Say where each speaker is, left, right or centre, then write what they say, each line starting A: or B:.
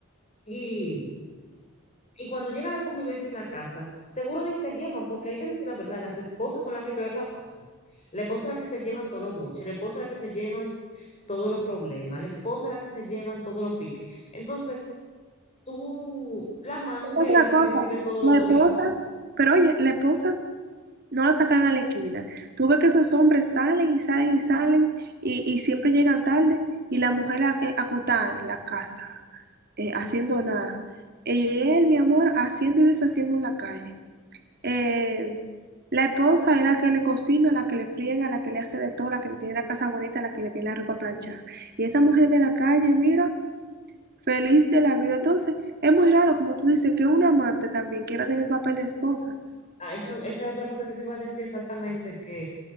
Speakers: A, on the left (about 30°); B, on the right (about 50°).
A: Y, y cuando llega la convivencia en la casa, seguro ni se llevan, porque hay que decir la verdad, las esposas son las que peor la pasan. La esposa es la que se llevan todos los boches, la esposa es la que se llevan todos los problemas, la esposa es la que se llevan todos los piques. Entonces, tú, la amante
B: Es otra
A: es la que
B: cosa.
A: recibe todo lo
B: La
A: bonito.
B: esposa, pero oye, la esposa no la sacan a la esquina. Tú ves que esos hombres salen y salen y salen y, y siempre llegan tarde y la mujer a- eh, acotada en la casa, eh, haciendo nada. Y él, mi amor, haciendo y deshaciendo en la calle. eh, la esposa es la que le cocina, la que le friega, la que le hace de todo, la que le tiene la casa bonita, la que le tiene la ropa planchada. Y esa mujer de la calle, mira, feliz de la vida. Entonces, es muy raro, como tú dices, que un amante también quiera tener papel de esposa.
A: Ah, eso, esa es otra cosa que te iba a decir exactamente, que